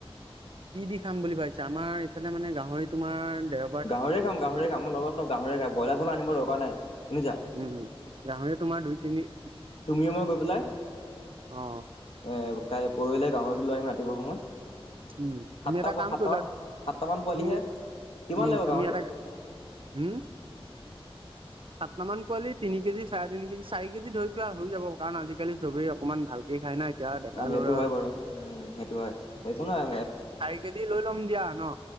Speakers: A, on the right; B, on the left.
A: কি দি খাম বুলি ভাবিছা? আমাৰ- ইফালে মানে গাহৰি তোমাৰ দে-
B: গাহৰি খাম, গাহৰি খাম আমাৰ লগৰ চব গাহৰিয়ে খাই, বইলাৰ চইলা আনিব দৰকাৰ নাই শুনিছা।
A: উমঁ, হুম। গাহৰি তোমাৰ দুই, তিনি-
B: তুমিয়ে মই গৈ পেলাই-
A: অঁ', -অঁ।
B: এ কাইলৈ পৰহিলৈ গাহৰিটো লৈ আহিম ৰাতিপুৱা সময়ত।
A: উমঁ,
B: সাতটা
A: তুমি এটা কাম
B: সাতটামান
A: কৰিবা তুমি
B: সাতটামান পোৱালিহে কিমান
A: উমঁ,
B: লাগিব
A: তুমি
B: গাহৰি
A: এটা উম।
B: উম।
A: সাতটামান পোৱালি তিনি কেজি চাৰে তিনি কেজি চাৰি কেজি ধৰি পোৱা হৈ যাব কাৰণ আজিকালি চবেই অকণমান ভাল- খাই ন। এতিয়া- ডেকা
B: অ সেইটো
A: ল'ৰা
B: হয়
A: আৰু
B: বাৰু, উমঁ সেইটো হয়, সেইটো হয়।
A: চাৰি কেজি লৈ ল'ম দিয়া ন।